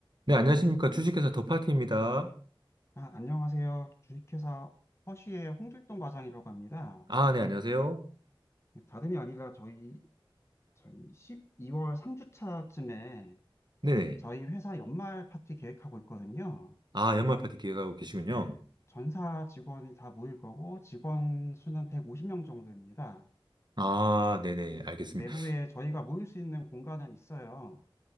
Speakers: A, on the right; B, on the left.
A: 네, 안녕하십니까. 주식회사 더파티입니다.
B: 아, 안녕하세요. 주식회사 허쉬의 홍길동 과장이라고 합니다.
A: 아, 네, 안녕하세요.
B: 네, 다름이 아니라 저희, 저희 12월 3주차쯤에
A: 네네.
B: 저희 회사 연말 파티 계획하고 있거든요.
A: 아, 연말 파티 기획하고 계시군요.
B: 예, 전사 직원이 다 모일 거고 직원 수는 150명 정도입니다.
A: 아, 네네, 알겠습니다.
B: 내부에 저희가 모일 수 있는 공간은 있어요.